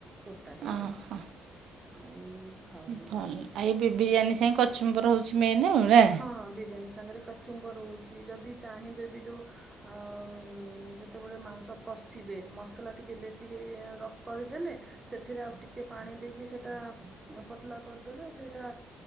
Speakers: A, on the right (about 20°); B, on the right (about 75°).
A: ପୋତା ହେଇଯାଏ।
B: ଓହୋ
A: ଆଉ ଖାଉନୁ
B: ଭଲ
A: ଆମେ
B: ଆଇ ଏବେ ବିରିୟାନୀ ସାଙ୍ଗେ କଚୁମ୍ବର ହୋଉଚି ମେନ୍‌ ଆଉ ନା
A: ହଁ ବିରିୟାନୀ ସାଙ୍ଗରେ କଚୁମ୍ବ ରହୁଚି ଯଦି ଚାହିଁବେ ବି ଯୋଉ ଆ ଯେତେବେଳେ ମାଂସ କଷିବେ ମସଲା ଟିକେ ବେଶୀ ହେଇ ରକ୍ କରିଦେଲେ। ସେଥିରେ ଆଉ ଟିକେ ପାଣି ଦେଇକି ସେଇଟା ପତଲା କରିଦେବେ ସେଇଟା